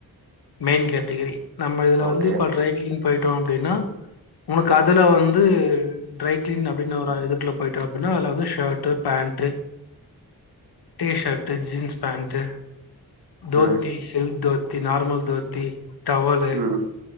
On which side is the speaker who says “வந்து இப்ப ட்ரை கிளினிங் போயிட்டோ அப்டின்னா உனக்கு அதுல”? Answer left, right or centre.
Left